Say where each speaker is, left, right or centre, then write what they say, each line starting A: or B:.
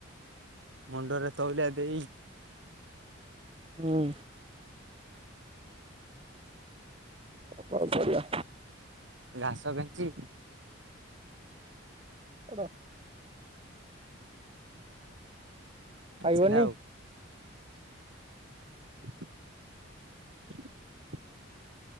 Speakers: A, on the right (about 65°); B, on the right (about 25°).
A: ମୁଣ୍ଡରେ ତଉଳିଆ ଦେଇ
B: ହଁ କ କୋଉ କରିଆ
A: ଘାସ କେଞ୍ଚି
B: ଏଟ
A: ଆସିଲା
B: ପାଇବନି
A: ଆଉ <inaudible>